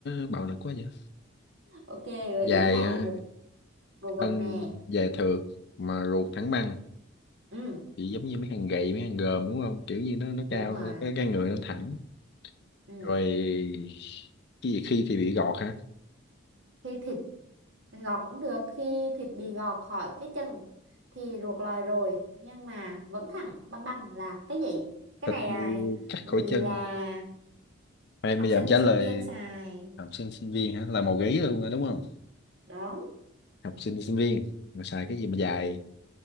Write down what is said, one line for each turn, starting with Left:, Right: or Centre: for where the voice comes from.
Left: bạo lực quá vậy
Right: ok gợi
Left: dài
Right: ý là
Left: ờ,
Right: một đồ vật
Left: thân
Right: nè
Left: dài thượt mà ruột thẳng băng
Right: ừ
Left: thì giống như mấy thằng gầy mấy thằng gờm đúng không kiểu như nó nó
Right: đúng
Left: cao
Right: rồi
Left: thôi cái cái người nó thẳng
Right: ừ.
Left: rồi cái gì khi thì bị gọt hả
Right: khi thịt gọt cũng được khi thịt bị gọt khỏi cái chân thì ruột lòi rồi nhưng mà vẫn thẳng băng băng là cái gì cái
Left: thịt
Right: này
Left: bị
Right: à,
Left: cắt khỏi chân
Right: là
Left: Khoan,
Right: học
Left: bây giờ
Right: sinh
Left: em trả
Right: sinh
Left: lời
Right: viên xài
Left: học sinh sinh viên hả là màu gấy luôn rồi đúng không
Right: đúng
Left: học sinh sinh viên mà xài cái gì mà dài